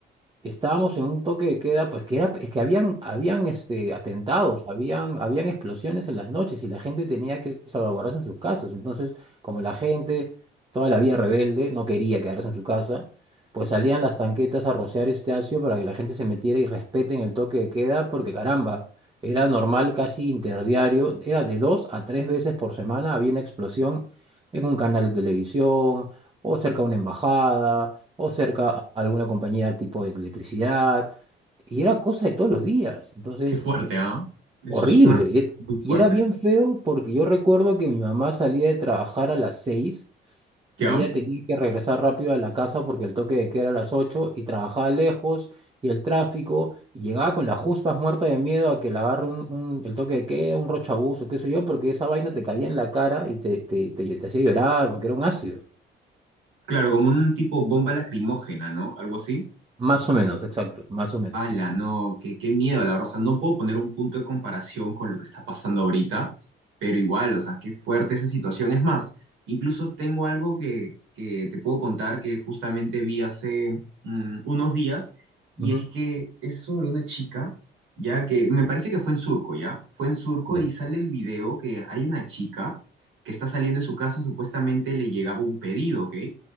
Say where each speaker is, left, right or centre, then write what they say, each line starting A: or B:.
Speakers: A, on the right (about 25°); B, on the right (about 85°).
A: estábamos en un toque de queda, pues que era, es que habían, habían este, atentados, habían, habían explosiones en las noches y la gente tenía que salvaguardarse en sus casas. Entonces, como la gente, toda la vía rebelde, no quería quedarse en su casa, pues salían las tanquetas a rociar este ácido para que la gente se metiera y respeten el toque de queda, porque caramba, era normal, casi interdiario, era de dos a tres veces por semana, había una explosión en un canal de televisión o cerca a una embajada, o cerca a alguna compañía tipo de electricidad, y era cosa de todos los días, entonces,
B: Qué fuerte, ¿ah? Eso
A: horrible,
B: es una
A: e-
B: muy fuerte.
A: y era bien feo porque yo recuerdo que mi mamá salía de trabajar a las 6 y
B: Ya.
A: ella tenía que regresar rápido a la casa porque el toque de queda era a las 8 y trabajaba lejos. Y el tráfico, y llegaba con las justas muerta de miedo a que le agarre un, un- el toque de queda, un rochabuzo, qué sé yo, porque esa vaina te caía en la cara y te, te, te te hacía llorar porque era un ácido.
B: Claro, como un tipo bomba lacrimógena, ¿no? Algo así.
A: Más o menos, exacto, más o menos.
B: Ala, no, qué, qué miedo, la verdad. O sea, no puedo poner un punto de comparación con lo que está pasando ahorita, pero igual, o sea, qué fuerte esa situación. Es más, incluso tengo algo que, que te puedo contar que justamente vi hace mm, unos días, y
A: Ujú,
B: es que es sobre una chica, ya que me parece que fue en Surco, ¿ya? Fue en Surco
A: Ya.
B: y sale el video que hay una chica que está saliendo de su casa, supuestamente le llegaba un pedido, ¿ok?